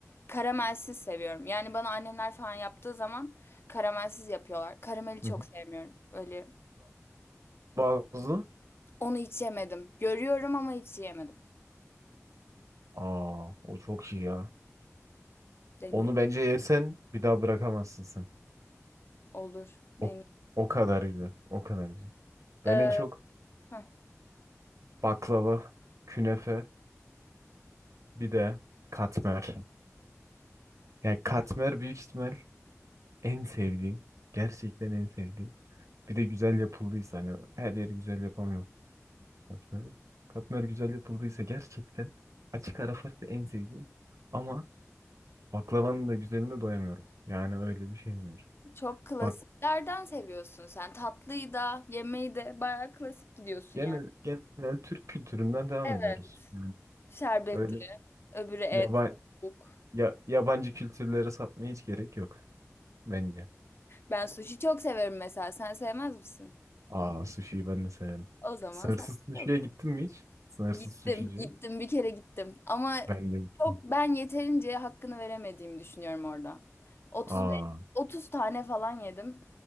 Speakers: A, on the left; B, on the right.
A: karamelsiz seviyorum. Yani bana annemler falan yaptığı zaman karamelsiz yapıyorlar. Karameli çok
B: hı hı.
A: sevmiyorum. Öyle
B: Frambuazlı.
A: onu hiç yemedim. Görüyorum ama hiç yemedim.
B: Aa o çok iyi ya.
A: Deneyim
B: Onu bence yesen bir daha bırakamazsın sen.
A: olur.
B: O,
A: Deneyim.
B: o kadar güzel. O kadar güzel.
A: Ee,
B: Ben en çok
A: heh,
B: baklava, künefe bir de katmer. Yani katmer büyük ihtimal En sevdiğim, gerçekten en sevdiğim. Bir de güzel yapıldıysa hani her yeri güzel yapamıyor katmer. Katmer güzel yapıldıysa gerçekten açık ara farklı en sevdiğim. Ama baklavanın da güzeline doyamıyorum. Yani öyle bir şey var.
A: çok klasiklerden
B: Bak
A: seviyorsun sen. Tatlıyı da, yemeği de bayağı klasik gidiyorsun
B: genel
A: yani.
B: genel Türk kültüründen devam
A: Evet.
B: ediyoruz. Yani
A: Şerbetli,
B: öyle
A: öbürü et,
B: yaba,
A: tavuk.
B: ya, yabancı kültürlere sapmaya hiç gerek yok bence.
A: Ben sushi çok severim mesela. Sen sevmez misin?
B: Aa sushi'yi ben de severim.
A: O zaman
B: Sınırsız
A: sanatçı
B: sushi'ye
A: oluyorum.
B: gittin mi hiç? Sınırsız
A: Gittim,
B: sushi'ci.
A: gittim bir kere gittim. Ama
B: Ben de gittim.
A: çok ben yeterince hakkını veremediğimi düşünüyorum orada. 35
B: Aa
A: 30 tane falan yedim.